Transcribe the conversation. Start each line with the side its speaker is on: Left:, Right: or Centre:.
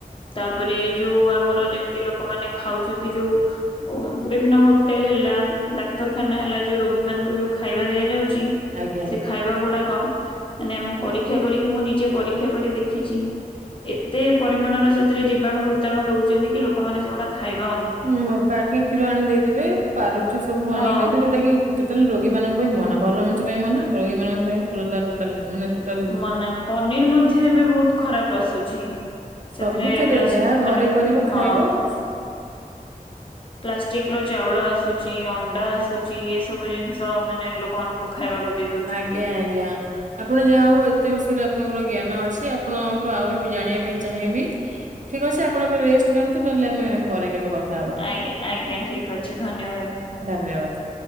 Left: ତାପରେ ଏଇ ଯୋଉ ଆମର ଯେମିତି ଲୋକମାନେ ଖାଉଛନ୍ତି ଯୋଉ ଓ ବିଭିନ୍ନ ହୋଟେଲ ହେଲା, ଡାକ୍ତରଖାନା ହେଲା, ଯୋଉ ରୋଗୀ ମାନଙ୍କୁ ଯୋଉ ଖାଇବା ଦିଆଯାଉଛି
Right: ଆଜ୍ଞା।
Left: ସେ ଖାଇବା ଗୁଡାକ ମାନେ ଆମେ ପରୀକ୍ଷା କରିକି ମୁଁ ନିଜେ ପରୀକ୍ଷା କରି ଦେଖିଛି। ଏତେ ପରିମାଣର ସେଥିରେ ଜୀବାଣୁ ଭୂତାଣୁ ରହୁଛନ୍ତି। କି ଲୋକମାନେେ ସେଗୁଡ଼ା ଖାଇଵା
Right: ହୁଁ, ପାକେଟ କ୍ଷୀର ଆଣି ଦେଇଦେବେ ପାଉଁରୁଟି ସବୁ
Left: ହଁ
Right: ଆଣି ଦେଇଦେବେ ଯୋଉଟା କି ଟୋଟାଲ ରୋଗୀ ମାନଙ୍କ ପାଇଁ ମନା। ଭଲ ମଣିଷ ପାଇଁ ମନା ରୋଗୀମାନଙ୍କ ପାଇଁ ଟୋଟାଲ ଟୋଟଲ ମନା। ମାନେ ଟୋଟାଲ
Left: ମାନେ ପନିର ମଧ୍ୟ ଏବେ ବହୁତ ଖରାପ ଆସୁଛି।
Right: ସବୁଥିରେ
Left: ସେଥିରେ ପ୍ଳାଷ୍ଟ
Right: ଯାହା
Left: ମାନେ
Right: ଘରେ କରିବ ଖାଇବ
Left: ହଁ। ପ୍ଲାଷ୍ଟିକ ର ଚାଉଳ ଆସୁଛି, ଅଣ୍ଡା ଆସୁଛି, ଏ ସବୁ ଜିନିଷ ମାନେ ଲୋକମାନଙ୍କୁ ଖାଇବାକୁ ଦେଇ ଦଉଛନ୍ତି।
Right: ଆଜ୍ଞା, ଆଜ୍ଞା। ଆପଣ ଯାହା ହଉ ଏତେ ବିଷୟରେ ଆପଣଙ୍କର ଜ୍ଞାନ ଅଛି। ଆପଣଠୁ ଆହୁରି ବି ଜାଣିବା ପାଇଁ ଚାହିଁବି?
Left: ହ
Right: ଠିକ୍ ଅଛି ଆପଣ ଏବେ ରେଷ୍ଟ ନିଅନ୍ତୁ ନହେଲେ ଆମ ପରେ କେବେ କଥା ହବା
Left: ଆଜ୍ଞା, ଆଜ୍ଞା, ଠିକ ଅଛି ଧନ୍ୟବାଦ।
Right: ଧନ୍ୟବାଦ।